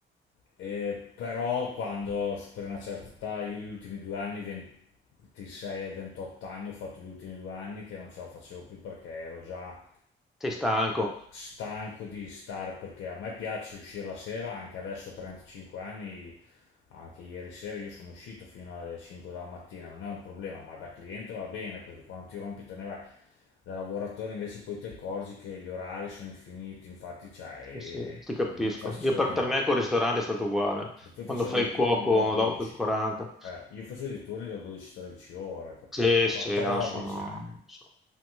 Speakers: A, on the left (about 85°); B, in the centre.
A: Eh, però quando superi una certa età, io gli ultimi due anni, 26 e 28 anni, ho fatto gli ultimi due anni che non ce la facevo più perché ero già
B: Eh, sei stanco,
A: stanco di stare perché a me piace uscire la sera, anche adesso a 35 anni, anche ieri sera io sono uscito fino alle 5 della mattina, non è un problema, ma da cliente va bene perché quando ti rompi te ne vai. Da lavoratore invece poi ti accorgi che gli orari sono infiniti, infatti cioè, eh,
B: Sì, sì, ti capisco.
A: io faccio
B: Io per,
A: dei,
B: per me col ristorante è stato uguale.
A: poi
B: Quando
A: facevo
B: fai
A: dei
B: il
A: turni
B: cuoco
A: da 12,
B: dopo il 40.
A: eh, io facevo dei turni da 12-13 ore, capito?
B: Sì, sì,
A: 14
B: no, sono...
A: anche.
B: sono-